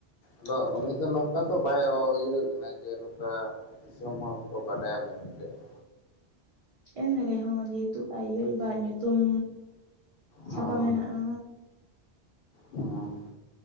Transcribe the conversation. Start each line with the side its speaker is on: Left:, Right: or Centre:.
Left: ᱟᱫᱚ ᱩᱱᱤ ᱫᱚ ᱱᱚᱝᱠᱟ ᱫᱚ ᱵᱟᱭ ᱤᱭᱟᱹ ᱠᱟᱱᱟ ᱡᱮ ᱫᱤᱥᱚᱢ ᱦᱚᱲ ᱠᱚ ᱵᱟᱰᱟᱭᱟ ᱢᱮᱱᱛᱮᱜ ᱾
Right: ᱮᱱ ᱨᱮᱦᱚᱸ ᱡᱮᱦᱮᱛᱩ ᱟᱡ ᱭᱳ ᱟᱡ ᱵᱟ ᱧᱩᱛᱩᱢ ᱪᱷᱟᱯᱟ
Left: ᱦᱮᱸ
Right: ᱢᱮᱱᱟᱜᱼᱟ᱾
Left: ᱦᱮᱸ